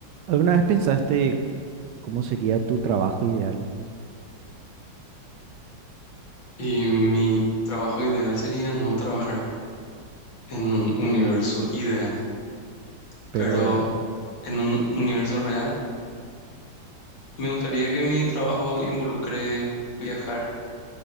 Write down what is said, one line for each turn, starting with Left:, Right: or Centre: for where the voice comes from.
Right: ¿Alguna vez pensaste cómo sería tu trabajo ideal?
Left: Y mi trabajo ideal sería no trabajar en un universo ideal,
Right: Pero
Left: pero en un universo real me gustaría que mi trabajo involucre viajar.